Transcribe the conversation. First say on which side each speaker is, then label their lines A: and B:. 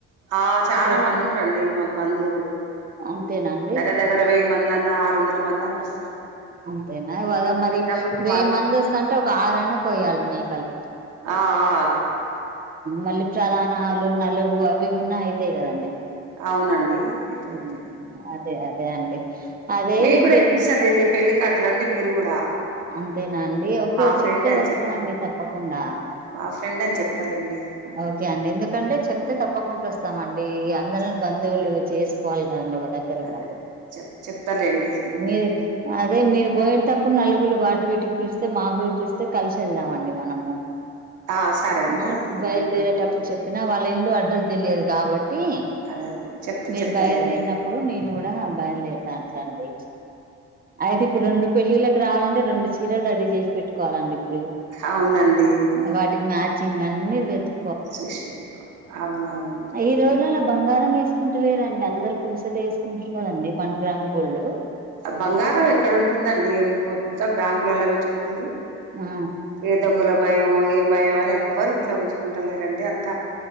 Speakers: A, on the right; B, on the right.
A: ఆ చానా
B: కోస్తారా
A: మంది ఉంటారండి మాకు బంధువులు
B: అంతేనా అండి
A: దగ్గర దగ్గ ర వేయి మందన్న ఆరు వందల మందన్న వస్తారు
B: అంతేనా అగో మరి
A: పెద్ద కుటుంబాలు
B: వెయ్యి మంది వస్తుంటే ఒక ఆరైనా కోయాలి మేకలు
A: ఆఆ
B: మళ్ళీ చలానాలు నలుగు అవి ఉన్నా అయితాయి కదండీ
A: అవునండి అయితే
B: ఉమ్
A: అయితే
B: అదే అదే అండి అదే
A: మీక్కూడా
B: పెళ్
A: ఇప్పిస్తాలెండి పెళ్లి కార్డు రండి మీరు కూడా
B: అంతేనా అండి ఓకే
A: మా ఫ్రెండ్
B: చెప్తే
A: అని
B: వస్తామండి
A: చెప్తాను
B: తప్పకుండా
A: మా ఫ్రెండ్ అని చెప్తాలేండి ఆ,
B: ఓకే అండి ఎందుకంటే చెప్తే తప్పకుంటా వస్తామండి అందరం
A: చెప్
B: బంధువులు చేసుకోవాలి కదండి ఒక ద గ్గరున్నప్పుడు
A: అదే చెప్ చెప్తాలేండి ఆ,
B: మీరు అదే మీరు పోయేటప్పుడు నలుగులు వాటి వీటికి పిలిస్తే మాక్కూడా పిలి స్తే కలిసి ఎళ్దామండి మనము
A: ఆ, సరే అండి
B: ఆ బయలుదేే రేటప్పుడు
A: వద్-
B: చెప్పినా వాళ్ళ ఇల్లు అడ్రస్ తెలియదు కాబట్టి
A: అదే అదే చెప్తా
B: మీరు
A: చెప్తాలేండి
B: బయలుదేరిన ప్పుడు నేను కూడా బయలుదేరుతా అట్లండి అయితే ఇప్పుడు రెండు పెళ్ళిళ్ళకు రావాలంటే రెండు చీరలు రెడీ చేసి పెట్టుకోవాలండి ఇప్పుడు
A: అవునండి ఆ,
B: వాటికి మ్యాచింగ్ అని వెతు
A: చూసిపెట్టుకోవాలి అవునవునండి
B: ఈ రోజులలో
A: ఉమ్
B: బంగారం ఎసుకుంటలేదండి అందరు పూసలే ఏసుకుంటుర్రు కదండి వన్ గ్రామ్ గోల్డ్
A: ఆ బంగారం ఎక్కడ ఉంటుందండి మొత్తం బ్యాంకులలో పెట్టుకుంటుర్రు
B: ఆ
A: ఏ దొంగల భయమో ఏ భయం అని ఎవ్వరు ఇంట్లో ఉంచుకుంటలేరండి అంతా